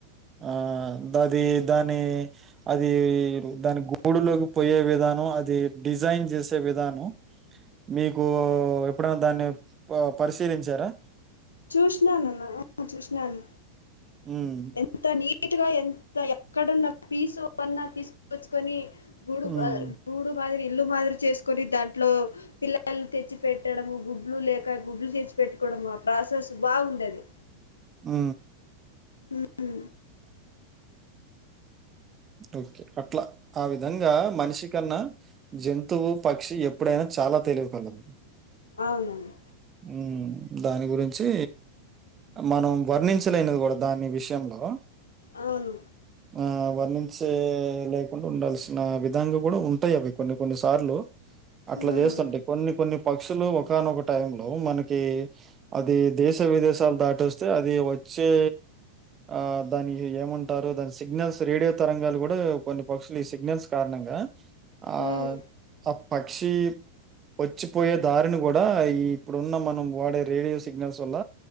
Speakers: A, on the right; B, on the left.
A: ఆ దది దాని అది దాని గోడులోకి పోయే విధానం అది డిజైన్ చేసే విధానం మీకు ఎప్పుడైనా దాన్ని ఆ పరిశీలించారా
B: చూషినానున్న చూషినాను
A: వ్మ్
B: ఎంత నీట్గా ఎంత ఎక్కడున్న పీసు అన్నా తీసుకచ్చుకొని గూడు
A: ఉమ్
B: గూడు మాదిరి ఇల్లు మాదిరి చేసుకోని దాంట్లో పిల్లల్ని తెచ్చి పెట్టడము గుడ్లు లేక గుడ్లు తెచ్చి పెట్టుకోవడం ఆ ప్రాసెస్ బాగుందది.
A: ఆ
B: వ్మ్ ఉ
A: ఓక్కే అట్లా ఆ విధంగా మనిషికన్నా జంతువు పక్షి ఎప్పుడైనా చాలా తెలివి కలది
B: అవునండి
A: ఉమ్ దాని గురించి మనం వర్ణించలేనిది కూడా దాని విషయంలో
B: అవును
A: ఆ వర్ణించే లేకుండా ఉండాల్సిన విధంగా కూడా ఉంటాయి అవి కొన్ని కొన్ని సార్లు అట్లా
B: మ్మ్,
A: చేస్తుంటే కొన్ని కొన్ని పక్షులు ఒకనొక టైం లో మనకి అది దేశ విదేశాలు దాటస్తే అది వచ్చే ఆ దానికి ఏమంటారు దాని సిగ్నల్స్ రేడియో తరంగాలు కూడా కొన్ని పక్షులు ఈ సిగ్నల్స్ కారణంగా ఆ
B: మ్మ్,
A: ఆ పక్షి వచ్చిపోయే దారిని కూడా ఈ ఇప్పుడున్న మనం వాడే రేడియో సిగ్నల్స్ వల్ల